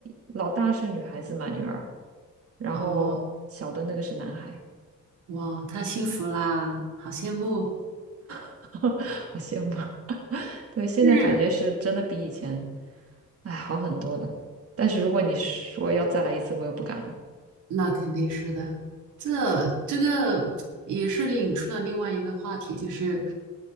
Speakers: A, on the right (about 50°); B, on the right (about 80°).
A: 老大是女孩子嘛，女儿，然后小的那个是男孩，
B: 啊！哇，太幸福啦，好羡慕。
A: <laughs> 好羡慕。对，现在感觉是真的比以前，
B: 是，
A: 哎，好很多了。但是如果你说要再来一次，我又不敢了。
B: 那肯定是的。这这个也是引出了另外一个话题，就是，